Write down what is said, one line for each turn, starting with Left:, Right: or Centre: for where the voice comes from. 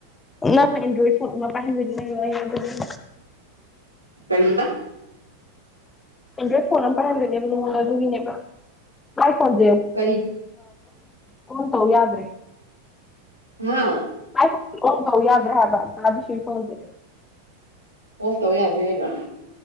Left: ꯅꯪ ꯑꯦꯟꯗ꯭ꯔꯣꯠ ꯐꯣꯟ ꯑꯃ ꯄꯥꯏꯍꯟꯗꯣꯏꯅꯤ ꯀꯩꯅꯣ ꯑꯩꯅ ꯑꯗꯨꯒꯤꯅꯤ
Right: ꯀꯔꯤꯕ
Left: ꯑꯦꯟꯗ꯭ꯔꯣꯠ ꯐꯣꯟ ꯑꯃ ꯄꯥꯏꯍꯟꯗꯣꯏꯅꯦꯕ ꯃꯉꯣꯡꯗ ꯑꯗꯨꯒꯤꯅꯦꯕ ꯃꯥꯏ ꯐꯣꯟꯖꯦ
Right: ꯀꯔꯤ
Left: ꯀꯣꯟ ꯇꯧ ꯌꯥꯗ꯭ꯔꯦ
Right: ꯍꯥ
Left: ꯥꯏꯣꯟꯣꯟ <inaudible> ꯇꯧ ꯌꯥꯗ꯭ꯔꯦ ꯍꯥꯏꯕ ꯃꯥꯗꯤ ꯁꯤ ꯐꯣꯟꯁꯦ
Right: ꯀꯣꯜ ꯇꯧ ꯌꯥꯗꯔꯦ ꯍꯥꯢꯕꯥ